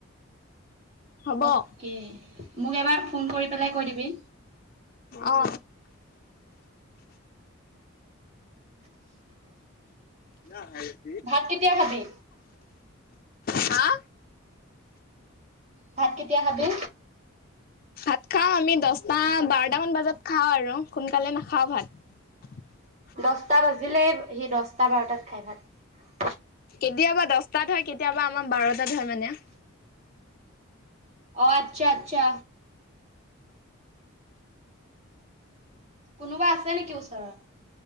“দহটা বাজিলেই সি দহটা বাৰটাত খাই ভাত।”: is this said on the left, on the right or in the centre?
Right